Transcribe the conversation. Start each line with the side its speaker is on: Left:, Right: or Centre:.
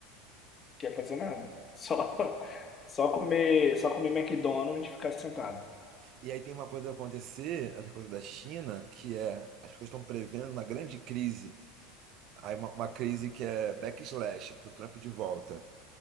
Left: quer fazer nada. <laughs> Só, só comer, só comer McDonald's e ficar sentado.
Right: E aí tem uma coisa a acontecer, essa coisa da China, que é as pessoas estão prevendo uma grande crise Aí uma, uma crise que é backslash, pro Trump de volta,